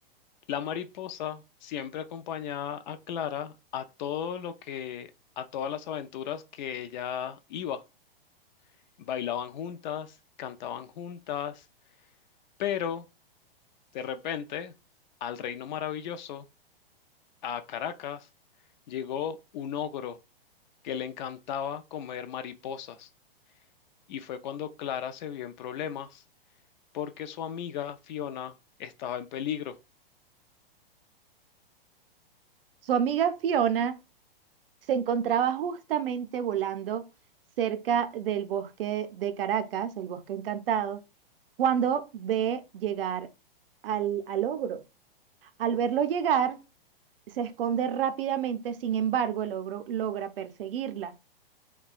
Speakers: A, on the left; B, on the right.
A: La mariposa siempre acompañaba a Clara a todo lo que, a todas las aventuras que ella iba. Bailaban juntas, cantaban juntas, pero de repente, al reino maravilloso, a Caracas llegó un ogro que le encantaba comer mariposas y fue cuando Clara se vio en problemas porque su amiga Fiona estaba en peligro.
B: Su amiga Fiona se encontraba justamente volando cerca del bosque de Caracas, el bosque encantado, cuando ve llegar al, al ogro. Al verlo llegar, se esconde rápidamente, sin embargo, el ogro logra perseguirla.